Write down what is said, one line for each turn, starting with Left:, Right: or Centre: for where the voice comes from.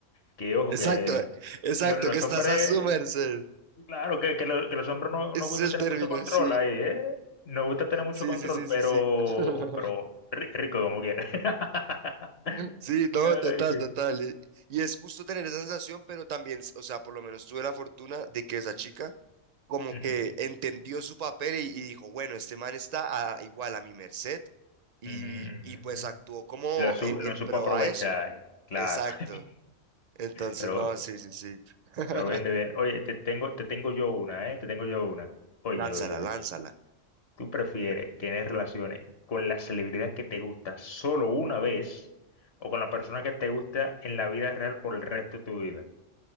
Left: Que ojo,
Right: Exacto,
Left: que
Right: exacto,
Left: lo- los
Right: que estás
Left: hombres,
Right: a su merced.
Left: claro, que, que, lo- que los hombres no,
Right: Ese
Left: no gusta
Right: es
Left: tener
Right: el término,
Left: mucho control
Right: sí,
Left: ahí, ¿eh? No gusta tener mucho
Right: sí,
Left: control,
Right: sí, sí,
Left: pero,
Right: sí, sí. <laughs>
Left: pero ri- rico como quiera. <laughs>
Right: Sí, no,
Left: Ay,
Right: total,
Left: qué-
Right: total. eh, Y es justo tener esa sensación, pero también, s- o sea, por lo menos tuve la fortuna de que esa chica como
Left: Ujú,
Right: que entendió su papel y, y dijo, bueno, este man está a- igual a mi merced y,
Left: ujú, ujú,
Right: y pues
Left: ujú.
Right: actuó como
Left: Lo, su-
Right: en,
Left: lo
Right: en
Left: supo
Right: pro
Left: aprovechar,
Right: a eso.
Left: claro.
Right: Exacto.
Left: <laughs>
Right: Entonces,
Left: Pero,
Right: no, sí, sí, sí. <laughs>
Left: pero bien de bien. Oye, te tengo, te tengo yo una, ¿eh? Te tengo yo una. Oye,
Right: Lánzala,
Left: oye, oye.
Right: lánzala.
Left: ¿Tú prefieres tener relaciones con la celebridad que te gusta solo una vez o con la persona que te gusta en la vida real por el resto de tu vida?